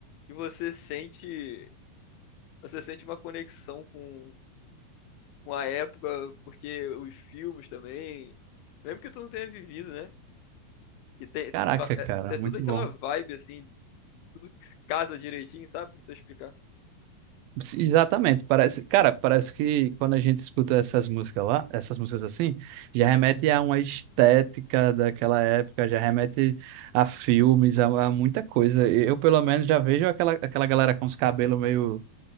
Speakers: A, on the left; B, on the right.
A: que você sente. Você sente uma conexão com, com a época, porque os filmes também. Mesmo que tu não tenha vivido, né? E tem,
B: Caraca,
A: pa- é,
B: cara,
A: é
B: muito
A: tudo aquela
B: bom.
A: vibe, assim, tudo casa direitinho, sabe? Não sei explicar.
B: Sim, Exatamente, parece, cara, parece que quando a gente escuta essas músicas lá, essas músicas assim, já remete a uma estética daquela época, já remete a filmes, a, a muita coisa. Eu, pelo menos, já vejo aquela, aquela galera com os cabelos meio